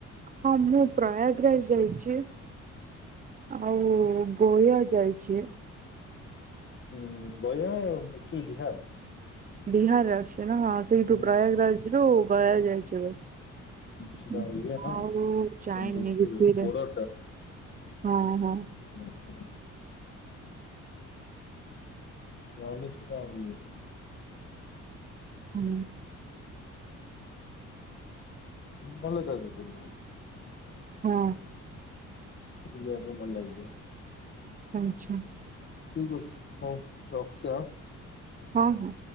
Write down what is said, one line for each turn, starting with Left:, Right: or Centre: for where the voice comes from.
Right: ହଁ ମୁଁ ପ୍ରୟାଗରାଜ ଯାଇଛି। ଆଉ ଗୋୟା ଯାଇଛି।
Left: ହୁଁ ଗୟା ଏଠି ବିହାର?
Right: ବିହାର ରେ ଆସୁଛି ନା ହଁ ସେଇଠୁ
Left: ହୁଁ
Right: ପ୍ରୟାଗ ରାଜରୁ ଗୟା ଯାଇଛୁ।
Left: ସେଟା ଇଏ ନା
Right: ଆଉ ଯାଇନି
Left: କଣ କହୁଛି
Right: ୟୁପିରେ
Left: ବୋର୍ଡର
Right: ହଁ ହଁ।
Left: ହୁଁ। <unintelligible>
Right: ହୁଁ।
Left: ହୁଁ ଭଲ ଜାଗା କିନ୍ତୁ।
Right: ହଁ।
Left: ବୁଲିବା ପାଇଁ ଭଲ ଲାଗିବ।
Right: ଆଚ୍ଛା।
Left: ଠିକ ଅଛି ହଉ ରଖୁଛି ଆଁ।
Right: ହଁ ହଁ।